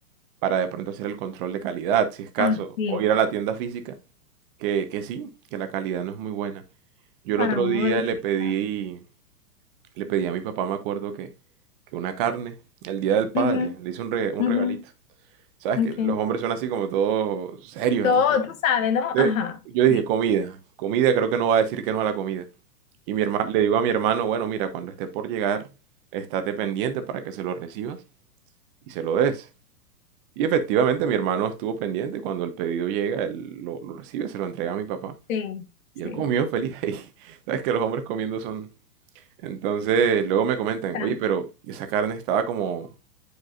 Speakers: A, on the right; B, on the left.
A: para de pronto hacer el control de calidad, si es caso,
B: Así
A: o
B: es,
A: ir a la tienda física, que, que sí, que la calidad no es muy buena. Yo
B: para
A: el otro
B: uno
A: día
B: verificar.
A: le pedí le pedí a mi papá, me acuerdo que, que una carne, el día del padre,
B: Ujú,
A: le hice un, re- un
B: ujú,
A: regalito. ¿Sabes
B: ok.
A: que Los hombres son así como todos serios,
B: Todo,
A: así.
B: tú sabes,
A: Entonces,
B: ¿no? Ajá.
A: yo dije,
B: Sí,
A: comida, comida, creo que no va a decir que no a la comida. Y mi hermano, le digo a mi hermano, bueno, mira, cuando esté por llegar, estate pendiente para que se lo recibas y se lo des. Y efectivamente mi hermano estuvo pendiente, cuando el pedido llega, él lo, lo recibe, se lo entrega a mi papá.
B: Sí,
A: Y
B: sí.
A: él comió feliz ahí. <laughs> Sabes que los hombres comiendo son, entonces, luego me comentan,
B: Ah,
A: oye, pero esa carne estaba como